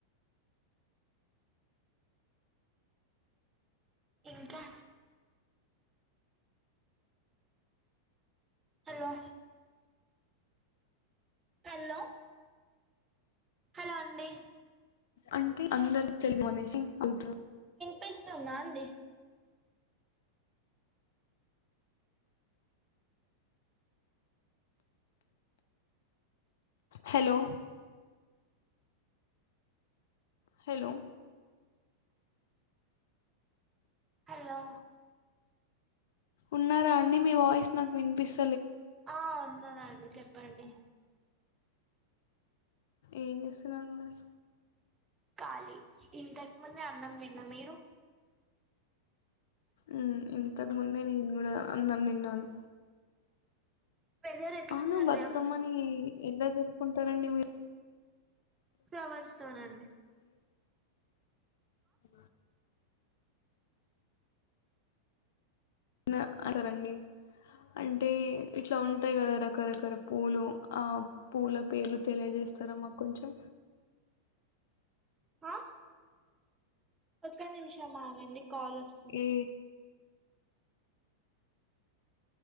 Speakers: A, on the right; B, on the left.
A: ఇంకా హలో హల్లో హలో అండి
B: అంటే అందరికి తెలుగు అనేసి అవుతుంది
A: పిస్తుందా అండీ
B: హలో హలో
A: హలో
B: ఉన్నారా అండి. మీ వాయిస్ నాకు వినిపిస్
A: ఆ ఉన్నా అండి చెప్ ప్పండి.
B: ఏం చేస్తున్నారు మరి.
A: ఖాళీ, ఇంతకు ముందే అన్నం తిన్నా. మీరు?
B: ఉ ఇంతకు ముందే నేను కూడా అన్నం తిన్నాను.
A: వెదర్ ఎట్లుదండి
B: అవును బతుకమ్మని
A: అక్క
B: ఎలా చేసుకుంటారండి మీరు?
A: ఫ్లవర్ స్టోన్ అండి.
B: ఉ న్నా అంటారండి. అంటే ఇట్లా ఉంటాయి కదా రకరకాల పూలు ఆ పూల పేర్లు తెలియజేస్తారా మాకు కొంచెం.
A: ఆ ఒక్క నిమిషమ్ ఆగండి. కాల్ వస్తుంది.
B: ఏ